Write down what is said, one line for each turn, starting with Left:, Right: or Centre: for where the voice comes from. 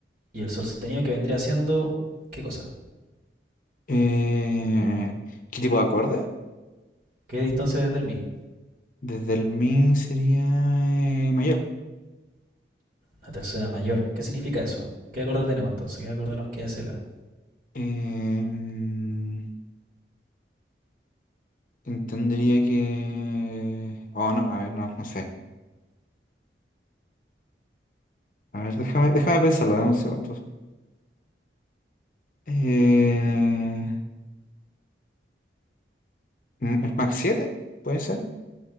Right: Y el sol sostenido que vendría siendo... ¿Qué cosa?
Left: Eh, ¿qué tipo de acorde?
Right: ¿Qué distancia desde el mi?
Left: Desde el mi sería eh, mayor.
Right: Una tercera mayor. ¿Qué significa eso? ¿Qué acorde tenemos entonces? ¿Qué acorde nos queda la?
Left: Em, entendería que... Oh, no, a ver, no, no sé. A ver, déjame, déjame pensarlo, dame un segundo. Eh, mm, ¿es Mach 7? ¿Puede ser?